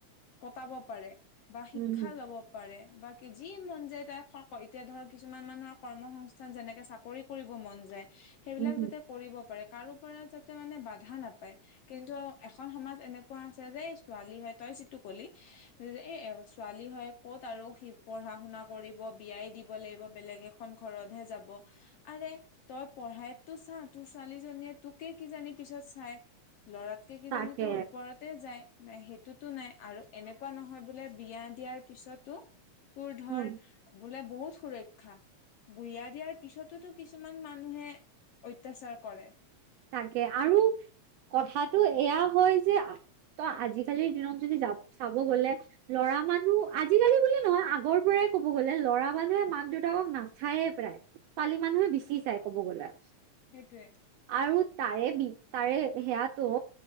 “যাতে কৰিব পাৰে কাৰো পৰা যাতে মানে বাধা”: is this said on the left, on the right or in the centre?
Left